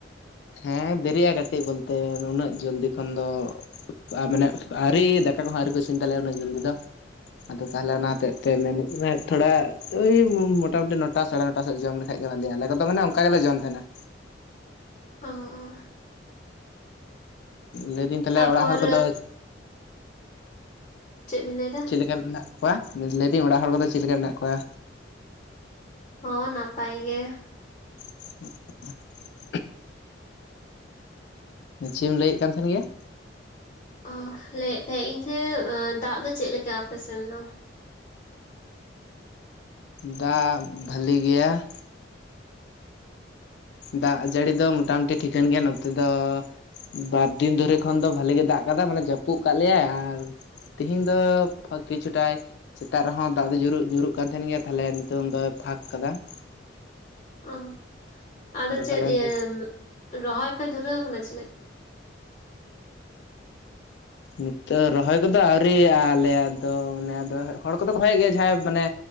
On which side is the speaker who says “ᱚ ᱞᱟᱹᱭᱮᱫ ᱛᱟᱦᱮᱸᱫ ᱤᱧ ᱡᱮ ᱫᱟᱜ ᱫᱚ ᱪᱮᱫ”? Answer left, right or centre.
Left